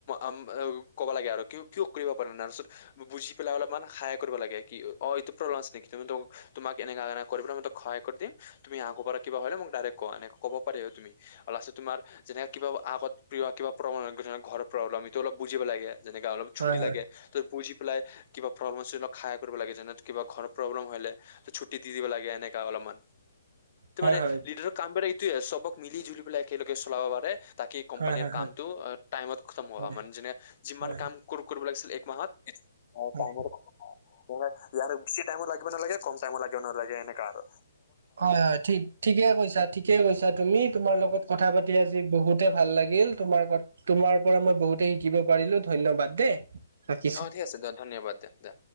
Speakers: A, on the left; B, on the right.
A: আম ও ক'ব লাগে আৰু কিয় কিয় কৰিব পাৰা নাই তাৰপিছত বুজি পেলাই অলপমান সাহায় কৰিব লাগে কি অ এইটো প্ৰব্লেম আছে নেকি তুমিটো তোমাক এনেকা এনেকা কৰিবলৈ মই তোক সহায় কৰি দিম তুমি আগৰ পৰা কিবা হ'লে মোক ডাইৰেক্ট ক'বা এনেকে ক'ব পাৰি আৰু তুমি আৰু লাষ্টত তোমাৰ যেনেকে কিবা আগত প্ৰিয় কিবা প্ৰব্লেম হৈ গৈছে ঘৰৰ প্ৰব্লেম এইটো অলপ বুজিব লাগে যেনেকা অলপ ছুটি
B: হয় হয়
A: লাগে ত' বুজি পেলাই কিবা প্ৰব্লেম আছে তাক সহায় কৰিব লাগে যেনে তো কিবা ঘৰৰ প্ৰব্লেম হ'লে ছুটি দি দিব লাগে এনেকা অলপমান এইটো
B: হয়
A: মানে
B: হয়
A: লিডাৰৰ কামবিলাক এইটোৱে আৰু চবক মিলি-জুলি পেলাই একেলগে চলাব পাৰে তাকে কোম্পানীৰ
B: হয় হয় হয়
A: কামটো আ টাইমত খটম হোৱা
B: হয়
A: মানে যেনে যিমান
B: হয় হয়
A: কাম কৰিব লাগিছিল এক মাহত অ
B: হয়
A: টাইমতে খতম হয়। মানে যেনে বেছি টাইমো লাগিবো নালাগে, কম টাইমো লাগিব নালাগে, এনেকা আৰু।
B: হয় হয়, ঠিক ঠিকে কৈছা, ঠিক ঠিকে কৈছা তুমি, তোমাৰ লগত কথা পাতি আজি বহুতে ভাল লাগিল, তোমাৰ ক তোমাৰ পৰা মই বহুতে শিকিব পাৰিলো ধন্যবাদ দেই। ৰাখিছো
A: অ', ঠিক আছে দিয়ক ধন্যবাদ, দে দে।